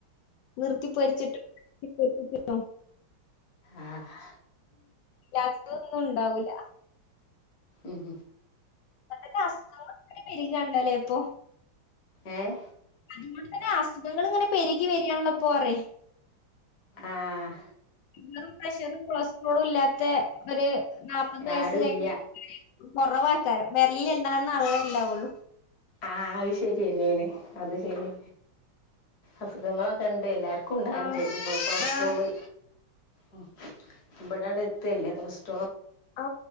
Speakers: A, on the left; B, on the left.
A: നിർത്തി പൊരിച്ചിട്ടും <unintelligible>
B: ആഹ്
A: ഉല്ലാത്തത്തൊന്നും ഉണ്ടാവൂല
B: ഉം
A: <unintelligible> പേരുഗാണല്ലോ ഇപ്പൊ
B: ഏഹ്
A: അതുകൊണ്ട് തന്നെ അസുഖങ്ങൾ ഇങ്ങനെ പെരുകി പെരുകി വരുകയാണല്ലോ ഇപ്പൊ കുറേ
B: ആഹ്
A: ഷുഗർ പ്രശർ കൊളസ്ട്രോൾ ട്രോൾ ഇല്ലാത്ത ഒരു നാല്പ്പത് വയസ്സ്
B: ആരുല്ല
A: കഴിഞ്ഞ ആൾക്കാര് കുറവാൾക്കാരാണ് വെരലില് എണ്ണാവുന്ന ആൾക്കളെ ഇണ്ടാവുള്ളൂ
B: ആഹ് അത് ശരിയന്നെയാണ് അത് ശരിയാ അസുഖങ്ങളൊക്കെ ഉണ്ട് എല്ലാർക്കും
A: ആഹ്
B: ഉണ്ടേ ഇ കൊളസ്ട്രോള്
A: ആഹ്
B: ഉ ഇവിടണ്ട് എത്തയല്ലേ കൊളസ്ട
A: ഓ